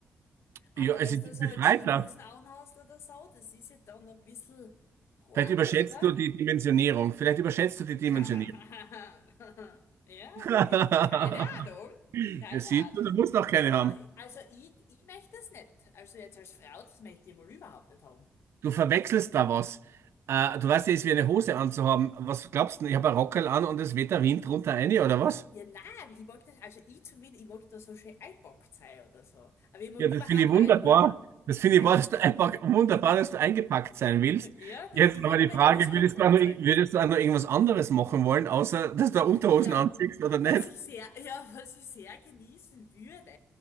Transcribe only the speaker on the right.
Ja, es
ist
befreiter.
Vielleicht überschätzt
du die Dimensionierung. Vielleicht überschätzt du die Dimensionierung.
<laughs>
Ja, siehst
du, du musst noch keine haben.
Du verwechselst da was. Äh, du weißt ja, es ist wie eine Hose anzuhaben. Was glaubst du denn? Ich habe ein Rockerl an und es weht der Wind drunter rein, oder was?
Ja,
das finde ich wunderbar.
Das finde
ich wahr, dass du einfach wunderbar, dass du eingepackt sein willst.
Jetzt
aber die
Frage,
würdest du auch noch,
würdest du auch noch irgendwas anderes machen wollen, außer dass du Unterhosen
anziehst oder nicht?